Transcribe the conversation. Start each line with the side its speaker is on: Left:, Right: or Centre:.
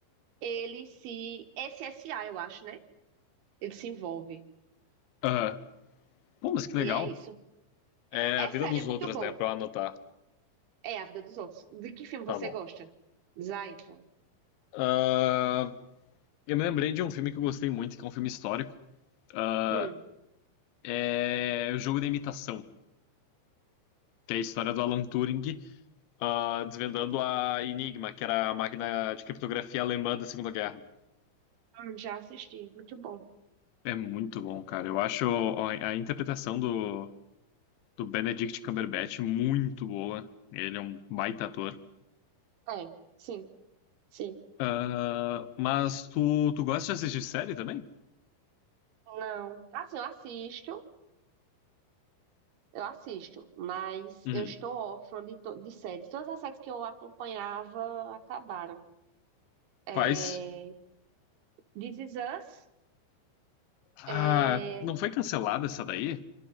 Right: ele se. esse S a, eu acho, né? Ele se envolve.
Left: Ah, pô, mas que legal.
Right: E é isso.
Left: É
Right: É
Left: a vida
Right: sério,
Left: dos
Right: é muito
Left: outros,
Right: bom.
Left: né? Pra eu anotar.
Right: É A Vida dos Outros. De que filme
Left: Tá
Right: você
Left: bom.
Right: gosta? Zaito.
Left: Ah, eu me lembrei de um filme que eu gostei muito, que é um filme histórico. Ah,
Right: Hum,
Left: é O Jogo da Imitação, que é a história do Alan Turing, ah, desvendando a Enigma, que era a máquina de criptografia alemã da Segunda Guerra.
Right: hum, já assisti. Muito bom.
Left: É muito bom, cara. Eu acho a a interpretação do, do Benedict Cumberbatch muito boa. Ele é um baita ator.
Right: É, sim, sim.
Left: Ah, mas tu, tu gosta de assistir série também?
Right: Não. Assim, eu assisto. Eu assisto, mas
Left: Uhum.
Right: eu estou órfã de, to- de séries. Todas as séries que eu acompanhava acabaram. É...
Left: Quais?
Right: This Is Us,
Left: Ah,
Right: É,
Left: não foi cancelada essa daí?